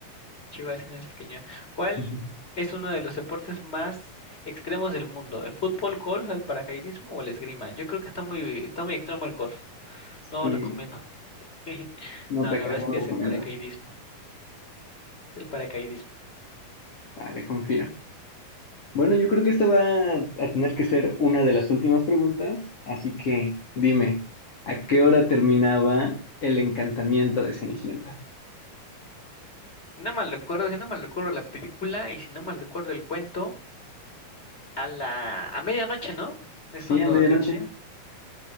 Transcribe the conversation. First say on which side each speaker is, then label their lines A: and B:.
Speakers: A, on the left (about 15°); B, on the left (about 45°).
A: Chihuahua es una raza pequeña. ¿Cuál
B: <laughs>
A: es uno de los deportes más extremos del mundo? ¿El fútbol, golf, el paracaidismo o el esgrima? Yo creo que está muy, está muy extremo el golf.
B: Sí,
A: No recomiendo. <laughs>
B: no
A: No,
B: pecas,
A: la verdad es
B: no
A: que
B: lo
A: es
B: recomiendo.
A: el paracaidismo. Es el paracaidismo.
B: Vale, confío. Bueno, yo creo que esta va a tener que ser una de las últimas preguntas, así que dime, ¿a qué hora terminaba el encantamiento de Cenicienta?
A: Si no mal recuerdo, si no mal recuerdo la película y si no mal recuerdo el cuento, a la a medianoche, ¿no? Es
B: Sí,
A: cuando
B: a medianoche.
A: le tía.